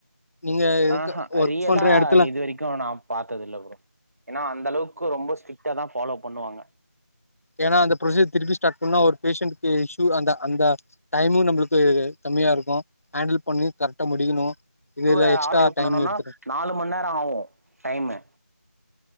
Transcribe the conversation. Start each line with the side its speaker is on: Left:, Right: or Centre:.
Left: நீங்க இருக்க
Right: ஆஹா
Left: ஒர்க்
Right: ரியலா
Left: பண்ற எடத்துல
Right: இது வரைக்கு நா பாத்ததில்ல ப்ரோ நா அந்த அளவுக்கு ரொம்ப ஸ்ட்ரிக்டா தா ஃபாலோ பண்ணுவாங்க
Left: ஏனா அந்த ப்ரொசீர் திருப்பி ஸ்டார்ட் பண்ணா ஒரு பேஷண்டக்கு இஷ்யு அந்த அந்த டைமு நம்மளுக்கு கம்மியா இருக்கு ஹேண்டில் பண்ணி கரெக்டா முடிக்கணு இதுல
Right: புது
Left: எக்ஸ்ட்ரா
Right: ஆளு பண்ணனுனா
Left: டைம் எடுத்துக்கு
Right: நாலு மண் நேர ஆவு டைமு